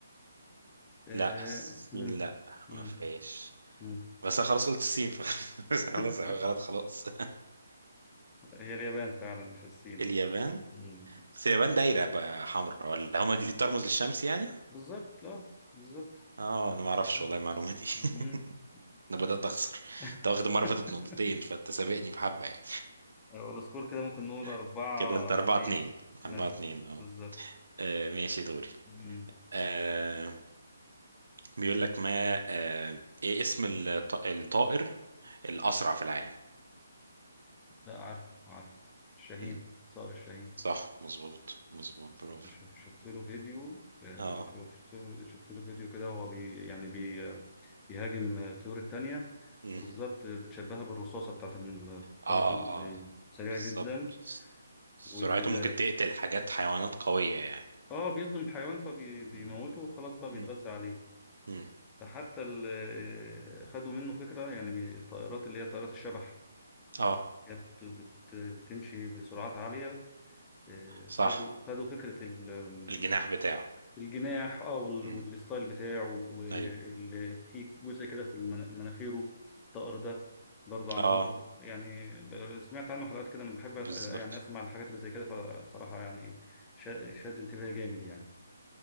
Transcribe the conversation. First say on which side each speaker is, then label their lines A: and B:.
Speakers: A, on the left (about 15°); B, on the right (about 70°).
A: آه،
B: لا الصين
A: مم.
B: لا
A: مم.
B: ما فيش
A: مم.
B: بس أنا خلاص قلت الصين <laughs> خلاص
A: <laughs>
B: غلط خلاص
A: هي اليابان فعلا مش الصين
B: اليابان
A: مم.
B: بس اليابان دايرة بقى حمراء ولا هما دي ترمز للشمس يعني؟
A: بالظبط اه بالظبط
B: اه انا
A: مم.
B: ما اعرفش والله المعلومة دي
A: مم.
B: <laughs> انا
A: لا
B: بدأت اخسر انت واخد المرة
A: <laughs>
B: اللي فاتت نقطتين فانت سابقني بحبة يعني
A: هو السكور كده ممكن نقول أربعة
B: <laughs> كده انت اربعة
A: اتنين
B: اتنين
A: مثلا
B: اربعة اتنين اهو
A: بالظبط
B: آه، ماشي دوري
A: مم.
B: آه بيقول لك ما آه ايه اسم الط- الطائر الاسرع في العالم؟
A: لا عارف عارف الشاهين
B: مم.
A: صار الشاهين
B: صح مظبوط مظبوط برافو
A: شوف شفت له فيديو آه،
B: اه
A: شفت له- شفت له فيديو كده وهو بي يعني بي آه، بيهاجم آه، الطيور التانية
B: مم.
A: بالظبط آه، بتشبهها بالرصاصة بتاعت ال-
B: اه
A: طلقة البندقية
B: اه
A: سريع
B: بالظبط
A: جدا
B: سرعته
A: وال
B: ممكن تقتل حاجات حيوانات قوية
A: اه بيصدم الحيوان فبيموته
B: يعني
A: وخلاص بقى بيتغذى
B: مم.
A: عليه
B: مم.
A: فحتى ال- آه، خدوا منه فكرة يعني بي- الطائرات اللي هي طائرات الشبح
B: اه
A: كانت بت- بتمشي بسرعات عالية آه،
B: صح
A: خدوا خدوا فكرة ال-
B: الجناح بتاعه
A: الجناح اه وال-
B: مم.
A: والستايل بتاعه وفي
B: ايوه
A: جزء كده في المن- مناخيره الطقر ده برضه عملوها
B: اه
A: يعني ب- سمعت عنه حلقات كده انا بحب
B: بالظبط
A: أس- يعني اسمع الحاجات اللي زي كده فصراحة يعني شا- شد انتباهي جامد يعني